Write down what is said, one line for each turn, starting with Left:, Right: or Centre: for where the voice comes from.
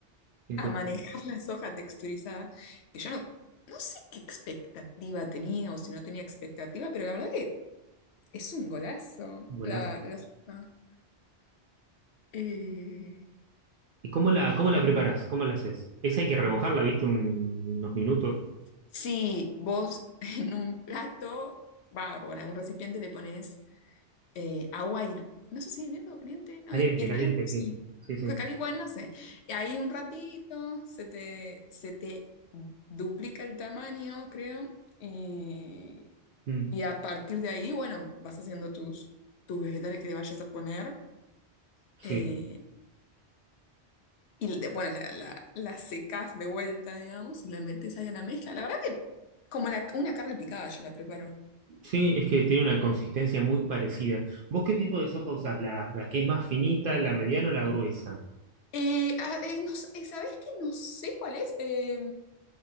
Right: en
Left: a
Right: curso.
Left: manejar la soja texturizada, que yo no, no sé qué expectativa tenía o si no tenía expectativa, pero la verdad que... Es un golazo
Right: Golazo.
Left: la, la sopa. Eh,
Right: ¿Y cómo la, cómo la preparás? ¿Cómo la haces? Esa hay que remojarla, ¿viste? Un- unos minutos.
Left: si vos en un plato, va, bueno, en un recipiente le pones eh, agua, hir- no sé si hirviendo o caliente, no,
Right: Caliente,
Left: hi- hirviendo,
Right: caliente,
Left: sí.
Right: sí. Sí, sí.
Left: Porque cali- bueno, no sé. Y ahí un ratito se te, se te duplica el tamaño, creo, y,
Right: Mm,
Left: y a partir de ahí, bueno, vas haciendo tus, tus vegetales que le vayas a poner.
Right: sí.
Left: Eh, Y de- bueno, la, la, la secas de vuelta, digamos, y la metes ahí a la mezcla. La verdad que como la- una carne picada yo la preparo.
Right: Sí, es que tiene una consistencia muy parecida. ¿Vos qué tipo de soja usás? ¿La, la que es más finita, la mediana o la gruesa?
Left: Eh, ah, eh, no sé, eh, ¿sabés que no sé cuál es? Eh,